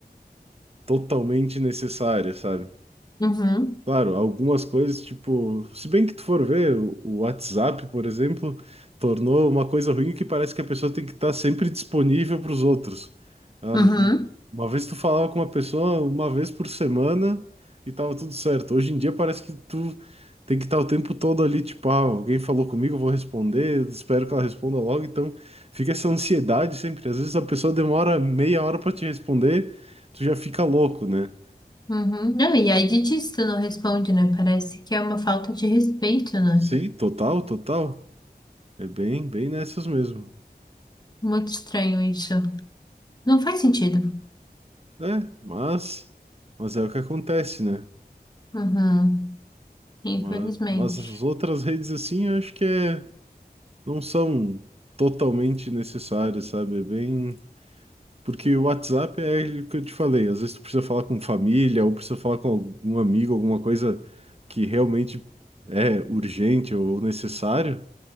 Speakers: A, on the right (about 40°); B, on the left (about 25°).
A: totalmente necessária, sabe?
B: Uhum,
A: Claro, algumas coisas, tipo, se bem que tu for ver, o o WhatsApp, por exemplo, tornou uma coisa ruim que parece que a pessoa tem que estar sempre disponível para os outros. Ela
B: uhum.
A: não- Uma vez tu falava com uma pessoa uma vez por semana e tava tudo certo. Hoje em dia parece que tu tem que estar o tempo todo ali, tipo, ah, alguém falou comigo, eu vou responder, espero que ela responda logo. Então fica essa ansiedade sempre. Às vezes a pessoa demora meia hora para te responder, tu já fica louco, né?
B: Uhum. Não, e aí dietista não responde, né? Parece que é uma falta de respeito, né?
A: Sim, total, total. É bem, bem nessas mesmo.
B: Muito estranho isso. Não faz sentido.
A: É, mas, mas é o que acontece, né?
B: Uhum. Infelizmente.
A: Mas, mas as outras redes assim, eu acho que é, não são totalmente necessárias, sabe? É bem. Porque o WhatsApp é o que eu te falei, às vezes tu precisa falar com família, ou precisa falar com algum amigo, alguma coisa que realmente é urgente ou necessário,